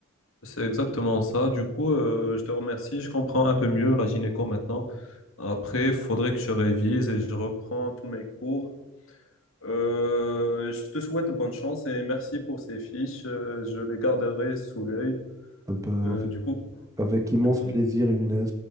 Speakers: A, on the left (about 70°); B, on the right (about 15°).
A: C'est exactement ça. Du coup, euh, je te remercie. Je comprends un peu mieux la gynéco maintenant. Après, il faudrait que je révise et je reprends tous mes cours. Euh, je te souhaite bonne chance et merci pour ces fiches. Euh, je les garderai sous l'œil.
B: Ah bah,
A: Euh,
B: avec,
A: du coup,
B: avec immense
A: du coup,
B: plaisir, Younes. euh,